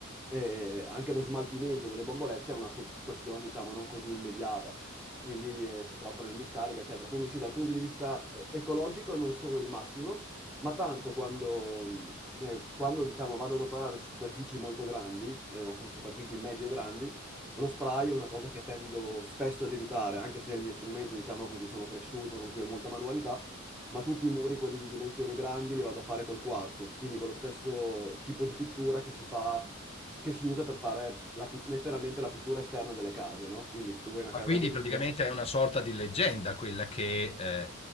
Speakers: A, in the centre; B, on the left.
A: eh, anche lo smaltimento delle bombolette è una cu- questione, diciamo, non così immediata, quindi eh, si portano in discarica, eccetera. Quindi sì, dal punto di vista eh, ecologico non sono il massimo, ma tanto quando, mm, eh, quando, diciamo, vado ad operare su superfici molto grandi eh, o su superfici medio-grandi, lo spray è una cosa che tendo spesso ad evitare, anche se è il mio strumento, diciamo, con cui sono cresciuto, con cui ho molta manualità, ma tutti i muri, quelli di dimensioni grandi, li vado a fare col quarzo, quindi con lo stesso tipo di pittura che si fa, che si usa per fare la pi- letteralmente la pittura esterna delle case, no? Quindi se tu vuoi una
B: Ma
A: casa
B: quindi
A: grigia...
B: praticamente è una sorta di leggenda quella che eh,